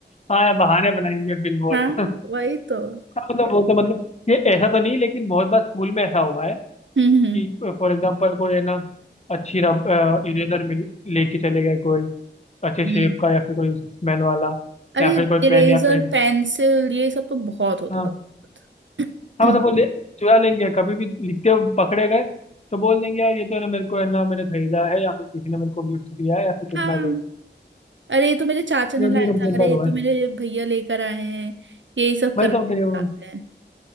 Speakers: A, on the left; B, on the right.
A: हाँ यार बहाने बनाएंगे फिर बहुत
B: हाँ
A: हाँ
B: वही तो
A: मतलब वो तो मतलब ये ऐसा तो नहीं लेकिन बहुत बार स्कूल में ऐसा हुआ है
B: हम्म हम्म
A: कि फॉर एग्जांपल कोई है ना अच्छी रब इरेजर मिल लेके चले गए कोई अच्छे
B: हम्म।
A: शेप का या फिर कोई स्मेल वाला
B: अरे
A: या फिर कोई
B: इरेजर
A: पेन या पेन
B: पेंसिल ये सब तो बहुत होता
A: हाँ
B: था बहुत
A: हाँ मतलब वो ले चुरा लेंगे कभी भी लिखते हुए पकड़े गए तो बोल देंगे यार ये तो है ना मेरे को है ना मैंने खरीदा है या फिर किसी ने मेरे को गिफ्ट दिया है या फिर
B: <clears throat>
A: कितना
B: हाँ
A: कोई
B: अरे ये तो मेरे चाचा ने
A: ये
B: लाया
A: ये तो बहुत
B: था अरे
A: बार
B: ये
A: हुआ
B: तो
A: है
B: मेरे भैया लेकर आए हैं यही सब
A: वही
B: करना
A: तो मतलब ये वो-
B: चाहते हैं